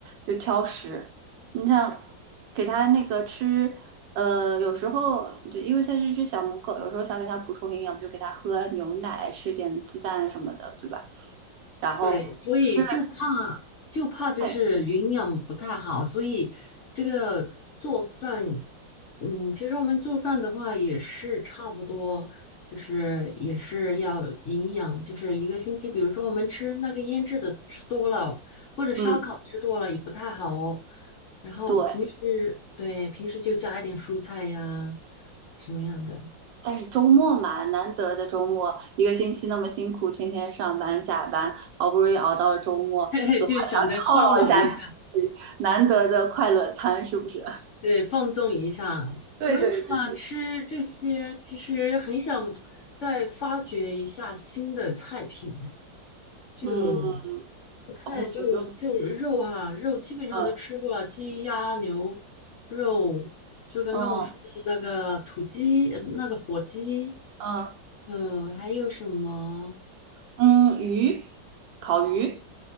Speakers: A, on the right (about 75°); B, on the left (about 85°).
A: 又挑食，你想给它那个吃，呃，有时候就因为它是只小母狗，有时候想给它补充营养，比如给它喝牛奶，吃点鸡蛋什么的，对吧？然后吃了
B: 对，所以就怕就怕就是营养不太好，
A: 菜，
B: 所以这个做饭，嗯，其实我们做饭的话也是差不多，就是也是要营养，就是一个星期，比如说我们吃那个腌制的吃多了，或者烧烤吃多了也不太好哦。
A: 嗯，
B: 然后平时对平时就加一点蔬菜呀，
A: 对，
B: 什么样的，
A: 但是周末嘛，难得的周末，一个星期那么辛苦，天天上班下班，好不容易熬到了周末，
B: <laughs> 嘿嘿，
A: 总还想犒劳一下自己，
B: 就想着犒劳一下。
A: 难得的快乐餐是不是？<laughs>
B: 对，放纵一下。
A: 对对对，
B: 我们除了吃这些，其实很想再发掘一下新的菜品，哎，就
A: 嗯，
B: 不太就就肉啊，
A: 我觉得，
B: 肉基本上都吃过了，
A: 嗯
B: 鸡鸭牛肉，就刚刚我说的那个土鸡，
A: 嗯
B: 呃那个火鸡，
A: 嗯
B: 呃，还有什么
A: 嗯，鱼，烤鱼，